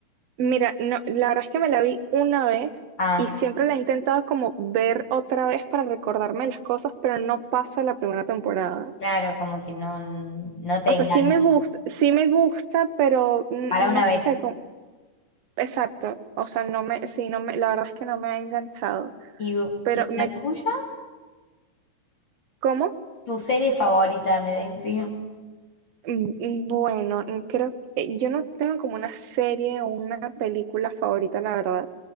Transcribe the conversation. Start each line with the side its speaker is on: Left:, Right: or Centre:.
Right: Mira, no, la verdad es que me la vi una vez
Left: Ah,
Right: y siempre la he intentado como ver otra vez para recordarme las cosas, pero no paso a la primera temporada.
Left: claro, como que no, no te
Right: O
Left: engancha.
Right: sea, sí me gusta, sí me gusta, pero n-
Left: Para
Right: no
Left: una
Right: sé
Left: vez.
Right: cómo. Exacto. O sea, no me, sí, no me, la verdad es que no me ha enganchado.
Left: ¿Y,
Right: Pero
Left: y
Right: me,
Left: la tuya?
Right: ¿cómo?
Left: ¿Tu serie favorita? Me da intriga.
Right: Mm, mm, Bueno, mm, creo que yo no tengo como una serie o una película favorita, la verdad.